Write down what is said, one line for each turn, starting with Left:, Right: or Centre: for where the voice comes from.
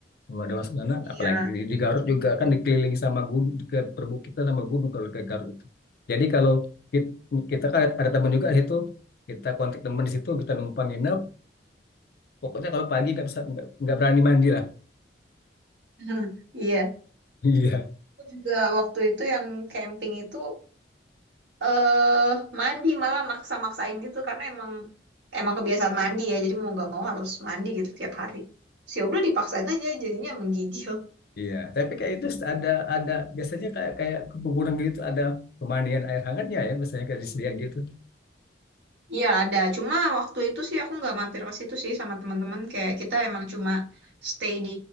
Left: Nggak ada masuk sana
Right: Iya.
Left: apalagi di di Garut juga kan dikelilingi sama gunung ke perbukitan sama gunung kalau ke Garut itu jadi kalau kita, kita kan ada, ada teman juga di situ kita kontak teman di situ kita numpang nginep pokoknya kalau pagi nggak bisa nggak nggak berani mandi lah
Right: <laughs> Iya.
Left: <laughs> iya
Right: Aku juga waktu itu yang camping itu eh mandi malah maksa-maksain gitu karena emang emang kebiasaan mandi ya jadi mau nggak mau harus mandi gitu tiap hari sih ya udah dipaksain aja jadinya menggigil
Left: iya tapi kayak itu ada ada biasanya kayak kayak ke pegunungan gitu ada pemandian air hangatnya ya biasanya kayak disediakan gitu
Right: Iya ada cuma waktu itu sih aku nggak mampir ke situ sih sama teman-teman kayak kita emang cuma stay di